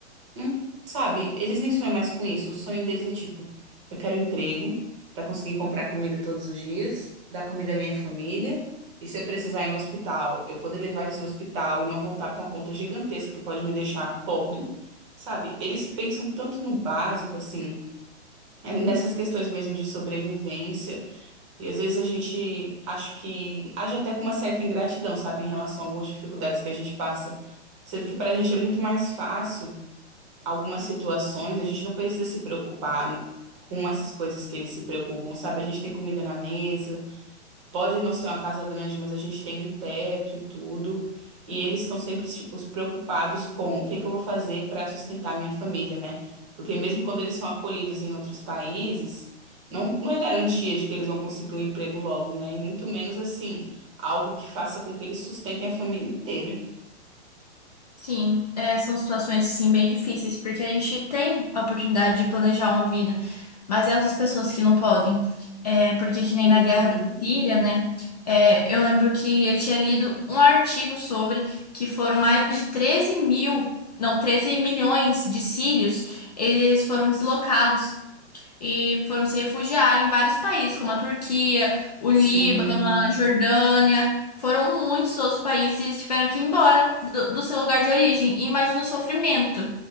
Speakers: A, on the right; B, on the left.
A: não, sabe, eles nem sonham mais com isso. O sonho deles é tipo, eu quero um emprego para conseguir comprar comida todos os dias, dar comida à minha família, e se eu precisar ir no hospital, eu poder levar eles no hospital e não voltar com uma conta gigantesca que pode me deixar pobre. Sabe, eles pensam tanto no básico, assim, é, nessas questões mesmo de sobrevivência. E às vezes a gente acho que age até com uma certa ingratidão, sabe, em relação a algumas dificuldades que a gente passa. Sendo que para a gente é muito mais fácil algumas situações, a gente não precisa se preocupar com essas coisas que eles se preocupam, sabe? A gente tem comida na mesa. Pode não ser uma casa grande, mas a gente tem um teto e tudo. E eles estão sempre, tipo, preocupados com o que que eu vou fazer para sustentar minha família, né? Porque mesmo quando eles são acolhidos em outros países, não, não é garantia de que eles vão conseguir um emprego logo, né? E muito menos, assim, algo que faça com que eles sustentem a família inteira.
B: Sim, é, são situações assim bem difíceis, porque a gente tem a oportunidade de planejar uma vida, mas e as pessoas que não podem? É, porque que nem
A: Uhum,
B: na guerra da Síria, né? É, eu lembro que eu tinha lido um artigo sobre que foram mais de treze mil, não, 13 milhões de sírios, eles foram deslocados e foram se refugiar em vários países, como a Turquia, o
A: sim.
B: Líbano, a Jordânia. Foram muitos outros países e eles tiveram que ir embora do, do seu lugar de origem. E imagina o sofrimento